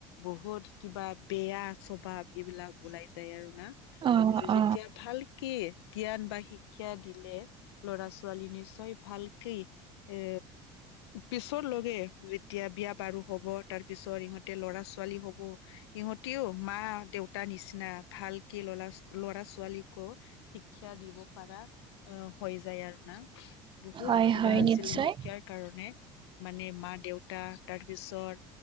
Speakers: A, on the left (about 80°); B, on the right (about 40°).
A: বহুত কিবা বেয়া অভাৱ এইবিলাক ওলাই যায় আৰু না
B: অ অ
A: তাৰপিছত
B: অ
A: যেতিয়া ভালকে <unintelligible> জ্ঞান বা শিক্ষা দিলে ল'ৰা ছোৱালী নিশ্চয় ভালকেই এ পিছৰ লগে যেতিয়া বিয়া বাৰু হব তাৰিছ পিছত ইহতে ল'ৰা ছোৱালী হব সিহঁতিও মা দেউতা নিচিনা ভালকে লৰা ল'ৰা ছোৱালীকো। শিক্ষা দিব পাৰা অ হৈ যায় আৰু না। বহুত
B: হয়
A: কিবা
B: হয়
A: আছিল
B: নিশ্চয়
A: শিক্ষাৰ কাৰণে। মানে মা দেউতা তাৰ পিছত